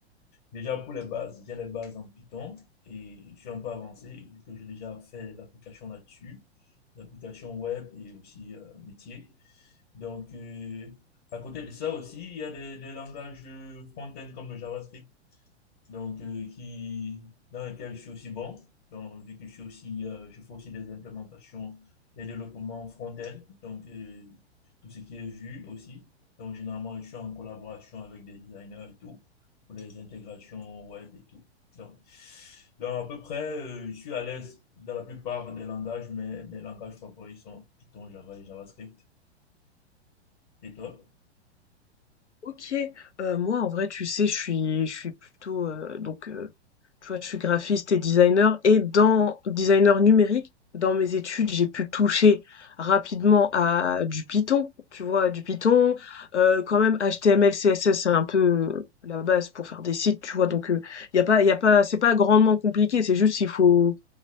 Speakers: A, on the left; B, on the left.
A: Déjà, pour les bases, j'ai les bases en Python et je suis un peu avancé, vu que j'ai déjà fait des applications là-dessus, des applications web et aussi euh, métier. Donc, euh, à côté de ça aussi, il y a des, des langages euh, front-end comme le JavaScript donc euh, qui, dans lequel je suis aussi bon. Donc, vu que je suis aussi, euh, je fais aussi des implémentations, des développements front-end, donc euh, tout ce qui est vu aussi. Donc, généralement, je suis en collaboration avec des designers et tout, pour des intégrations web et tout. Donc, donc à peu près, euh, je suis à l'aise dans la plupart des langages, mais mes langages favoris sont Python, Java et JavaScript. Et toi?
B: Ok, Euh, moi en vrai, tu sais, je suis, je suis plutôt euh, donc euh, tu vois, je suis graphiste et designer et dans designer numérique, dans mes études, j'ai pu toucher rapidement à du Python, tu vois, du Python, euh, quand même HTML, CSS, c'est un peu la base pour faire des sites, tu vois, donc il y a pas, y a pas, c'est pas grandement compliqué, c'est juste qu'il faut,